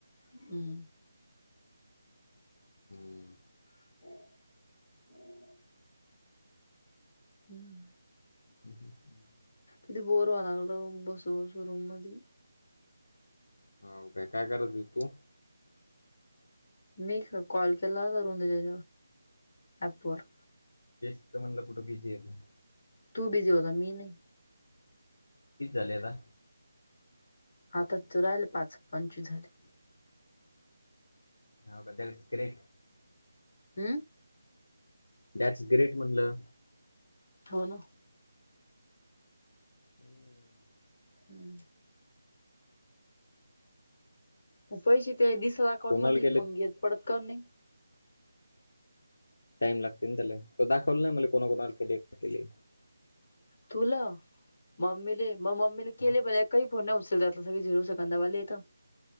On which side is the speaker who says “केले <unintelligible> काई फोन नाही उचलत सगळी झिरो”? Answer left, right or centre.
Left